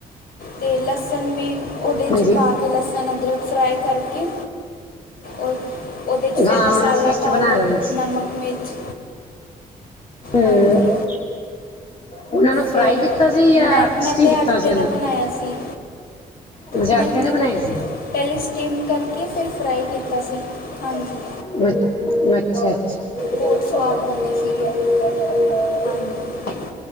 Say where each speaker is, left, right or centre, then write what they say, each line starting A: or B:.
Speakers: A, on the left; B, on the left.
A: ਤੇ ਲਸਨ ਵੀ ਓਦੇ
B: ਹਾਂਜੀ
A: ਚ ਈ ਪਾ ਤੇ ਲਸਨ, ਅਦਰਕ ਫਰਾਈ ਕਾਰਕੇ ਓ ਓਦੇ ਚ ਫੇਰ
B: ਹਾਂ
A: ਮਸਾਲਾ
B: ਉਹਨਾਂ ਪੇਸਟ
A: ਪਾ
B: ਬਣਾ
A: ਲੋ
B: ਲਈ
A: ਨਮਕ, ਮਿਰਚ
B: ਹਮ
A: ਹਾਂਜੀ।
B: ਉਹਨਾਂ ਨੂੰ ਫਰਾਈ
A: ਫਿਰ
B: ਕੀਤਾ ਸੀ ਜਾਂ
A: ਮੈਂ ਮੈਂ
B: ਸਟੀਮ
A: ਤੇ
B: ਕੀਤਾ
A: ਆਟੇ
B: ਸੀ, ਉਹਨਾਂ
A: ਦਾ ਬਣਾਇਆ ਸੀ
B: ਨੂੰ ਅੱਛਾ
A: ਨਹੀਂ
B: ਆਟੇ ਦੇ ਬਣਾਏ ਸੀ।
A: ਪਹਿਲੇ ਸਟੀਮ ਕਰਕੇ, ਫਿਰ ਫਰਾਈ ਕੀਤਾ ਸੀ।
B: ਅ-ਅੱਛਾ-ਅੱਛਾ।
A: ਹਾਂਜੀ
B: <unintelligible>
A: ਬਹੁਤ ਸਵਾਦ ਬਣੇ ਸੀਗੇ ਹਾਂਜੀ।